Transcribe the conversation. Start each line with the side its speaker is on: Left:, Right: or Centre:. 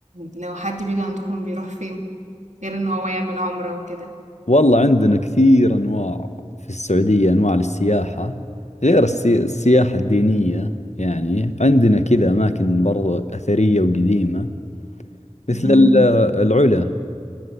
Right: لو حد بيجي عندكم بيروح فين غير ان هو يعمل عمرة وكده
Left: والله عندنا كثير أنواع في السعودية أنواع للسياحة غير السي... السياحة الدينية يعني عندنا كذا أماكن برضو أثرية وقديمة مثل
Right: مهم.
Left: ال- العلا